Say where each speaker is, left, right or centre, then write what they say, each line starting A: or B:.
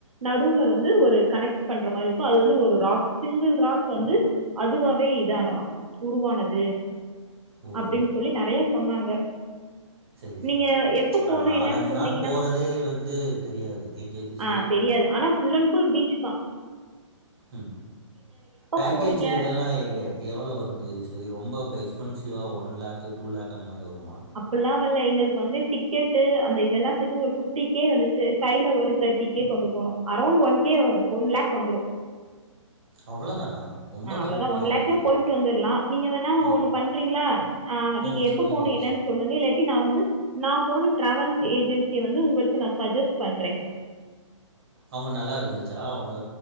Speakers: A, on the right (about 90°); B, on the right (about 50°).
A: நடுவுல வந்து ஒரு கனெக்ட் பண்ற மாரி இருக்கு அது வந்து ஒரு ராக் சிங்கிள் ராக் வந்து அதுவாவே இதானதா உருவானது
B: ஓ!
A: அப்டின்னு சொல்லி நெறைய சொன்னாங்க
B: சேரி
A: நீங்க
B: சேரி
A: எப்ப போணும்
B: அ நாலஞ்சு
A: என்னன்னு சொன்னீங்கன்னா
B: நாள் போறதே வந்து தெரியாது ஏன் ஜெகதீஸ்வரி?
A: ஆ தெரியாது ஆனா ஃபுல் அண்ட் ஃபுல் பீச் தா
B: ம் பேக்கேஜ்
A: போறீங்க?
B: இதெல்லா எவ்ளோ வரு ஜெயஸ்டி ரொம்ப இப்போ எக்ஸ்பென்சிவா ஒன் லாக்கு டூ லாக் அந்த மாரி வருமா
A: அப்படிலா வல்ல எங்களுக்கு வந்து டிக்கெட்டு அந்த இதெல்லா சேத்து ஒரு பிப்டி கே வந்துச்சு கையில ஒரு தேர்டி கே கொண்டு போனோ around one K one lakh வந்துரு
B: அவ்வளோதானா? ரொம்ப
A: ஆ அவ்வளவுதா
B: கம்மியா
A: ஒன்
B: இருக்குது.
A: லாக்ல போயிட்டு வந்துரலா நீங்க வேணா
B: ம்.
A: ஒண்ணு பண்றீங்களா ஆ நீங்க
B: ம். சொல்லுங்க
A: எப்ப போணு
B: ஜெகதீஸ்வரி.
A: எனான்னு சொல் லுங்க இல்லாட்டி நா வந்து நா போன டிராவல்ஸ் ஏஜென்சிய வந்து உங்களுக்கு நா சஜஸ்ட் பண்றே
B: ஆமா நல்லா இருந்துச்சா அவுங்க